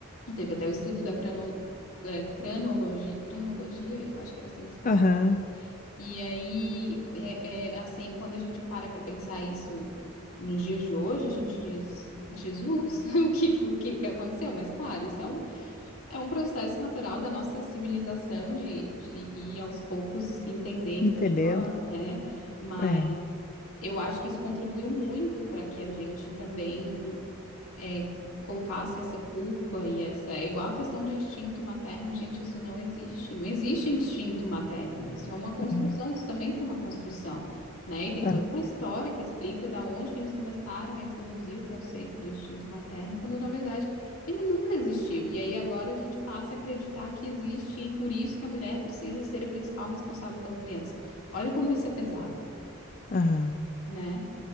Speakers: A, on the left; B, on the left.
A: teve até o estudo da crano- é, cranologi- cranologia, eu acho que era assim que se falava.
B: Aham,
A: E aí, é, é, assim, quando a gente para para pensar isso nos dias de hoje, a gente diz, Jesus, <laughs> o que, o que que aconteceu? Mas claro, isso é um é um processo natural da nossa civilização de, de ir aos poucos entendendo
B: entendendo.
A: melhor, né? Mas
B: É.
A: eu acho que isso contribuiu muito para que a gente também é, colocasse essa culpa e essa. É igual a questão do instinto materno, gente, isso não existe. Não existe instinto materno, isso é uma construção,
B: Aham,
A: isso também foi uma construção. Né? E tem
B: aham,
A: toda uma história que explica da onde que eles começaram a introduzir o conceito do instinto materno, quando na verdade ele nunca existiu. E aí agora a gente passa a acreditar que existe e por isso que a mulher precisa ser a principal responsável pela criança. Olha como isso é pesado,
B: aham.
A: né?